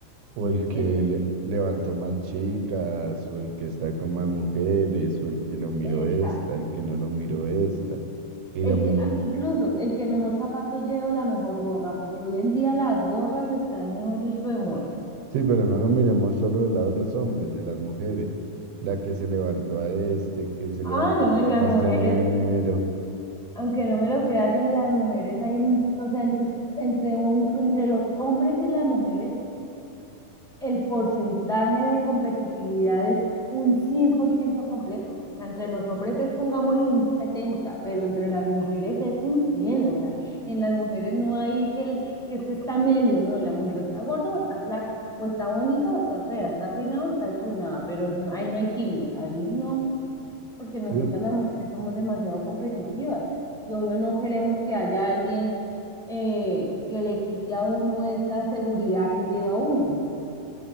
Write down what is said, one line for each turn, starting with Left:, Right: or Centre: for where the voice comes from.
Right: O el que
Centre: ese
Right: le- levantó más chicas, o el que está con más mujeres, o el que lo miró
Centre: tipo,
Right: esta, el que no lo miró esta, y
Centre: El
Right: lo mismo.
Centre: que, ah, incluso el que mejor zapato lleva, la mejor gorra, porque hoy en día las gorras están, mejor dicho, de moda.
Right: Sí, pero no lo miremos solo del lado de los hombres, de las mujeres. La que se levantó a este, que se
Centre: Ah,
Right: levantó
Centre: no,
Right: el
Centre: en
Right: que
Centre: las
Right: más
Centre: mujeres,
Right: tenía dinero.
Centre: aunque no me lo creas, en las mujeres hay, un- o sea, entre, entre un, entre los hombres y las mujeres el porcentaje de competitividad es un 100% completo. O sea, entre los hombres es, pongámosle, un 70, pero entre las mujeres es un 100. O sea, en las mujeres no hay que, el- que es que está medio, no, en la mujer o está gorda o está flaca, o está bonita o está fea, está peinada o está despeinada, pero es, no- ahí no hay tibios, ahí no, porque nosotras
Right: Sí,
Centre: las mujeres somos demasiado competitivas y obvio no queremos que haya alguien eh, que le quite a uno esa seguridad que lleva uno.